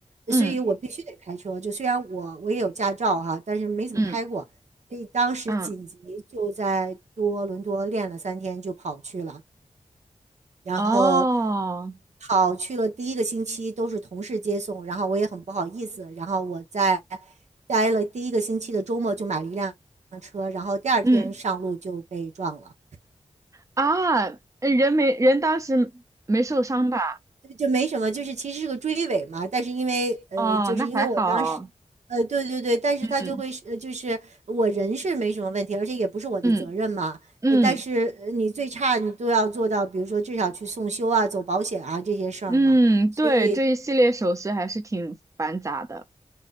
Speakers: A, on the right (about 25°); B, on the right (about 75°).
A: 嗯
B: 所以我必须得开车，就虽然我我也有驾照哈，但是没怎么开过。
A: 嗯
B: 所以当时紧急就在多伦多练了三天，
A: 嗯
B: 就跑去了，然后
A: 哦，
B: 跑去了第一个星期都是同事接送，然后我也很不好意思，然后我在待了第一个星期的周末就买了一辆车，然后第二天上路就被撞了。
A: 嗯啊，呃人没人当时没受伤吧？
B: 就没什么，就是其实是个追尾嘛，但是因为呃，
A: 哦，
B: 就是因为我当时，
A: 那还好。
B: 呃，对对对，但是他就会是呃，
A: 嗯
B: 就是我人是没什么问题，而且也不是我的责任嘛，
A: 嗯嗯
B: 呃，但是呃你最差你都要做到，比如说至少去送修啊、走保险啊这些事儿嘛，
A: 嗯，
B: 所以
A: 对，这一系列手续还是挺繁杂的。